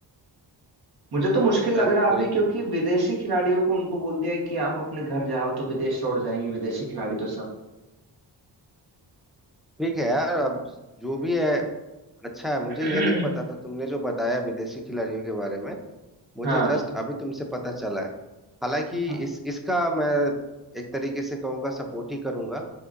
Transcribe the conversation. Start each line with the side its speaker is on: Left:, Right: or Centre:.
Right: मुझे तो मुश्किल
Centre: चलो
Right: लग रहा है
Centre: कोई
Right: अभी क्योंकि विदेशी खिलाड़ियों को उनको बोल दिया है कि आप अपने घर जाओ तो विदेश लौट जाएंगे विदेशी खिलाड़ी तो सब
Centre: ठीक है यार अब जो भी है अच्छा है मुझे
Right: <clears throat>
Centre: ये नहीं पता था तुमने जो बताया विदेशी खिलाड़ियों के बारे में मुझे
Right: हाँ
Centre: जस्ट अभी तुमसे पता चला है हालांकि
Right: हाँ
Centre: इस इसका मैं एक तरीके से कहूँगा सपोर्ट ही करूँगा